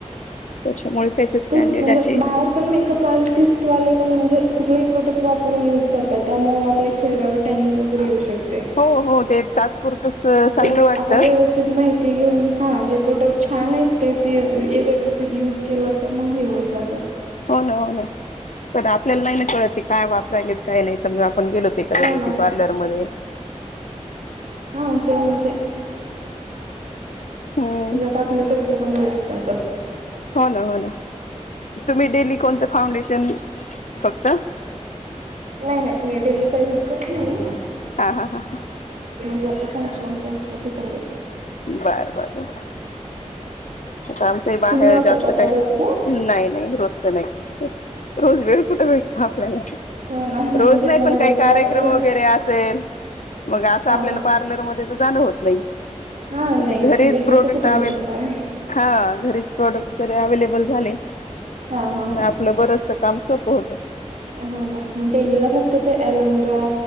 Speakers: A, on the left; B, on the right.
A: त्याच्यामुळे फेसेस
B: तेच
A: कॅनडेडाची
B: म्हणजे बाहेर पण मेकअप आर्टिस्ट म्हणे कुठलाही प्रोडक्ट वापरून युज करतात त्यामुळे आपल्या चेहऱ्यावर टॅन वगैरे येऊ शकते.
A: हो हो ते तात्पुरतच चांगलं
B: तेच
A: वाटतं
B: आपण व्यवस्थित माहिती. ते घेऊन हां जे प्रोडक्ट छान आहेत तेच व्यवस्थित यूज केलं तर मग हेऊन जातं.
A: हो ना हो ना पण आपल्याला नाही ना कळतते काय वापरायली काय नाही समजा. आपण गेलोते कदा
B: हो
A: ब्युटी
B: ना
A: पार्लरमध्येध्ये
B: हा ते म्हणजे
A: हम्म
B: त्याच्यात आपले पैसे. ते पण वस्तात.
A: हो ना हो ना. तुम्ही डेली कोणतं फाउंडेशन फक्त.
B: नाही नाही मी डेली काही युज करत नाही.
A: हा हा हा ह.
B: ज आपण कण ते असल की तेवढच.
A: बर बर बर. आता आमचं बाहेर
B: तुम्ही वापरता
A: जास्त
B: का
A: काही
B: रोजचं
A: नाही नाही रोजचं नाही. रोज वेळ कुठे भेटतो आपल्याला
B: हो ना म्हणजे
A: रोज नाही
B: मला
A: पण
B: रोजच
A: काही
B: वापरायला
A: कार्यक्रम वगैरे असेल. मग असं
B: हा
A: आपल्याला
B: हा
A: पार्लरमध्येध्ये तर जाणं होत नाही.
B: हा नाही
A: मग ते घरीच
B: डेलीच
A: प्रोडक्ट
B: कुठलं
A: आवेलेबल
B: जमणार आहे
A: हा घरीच प्रोडक्ट जरी अवे.
B: हा हा
A: तर आपलं बरचस काम सोप होत.
B: हो ना डेलीला फक्त ते अलोवेरा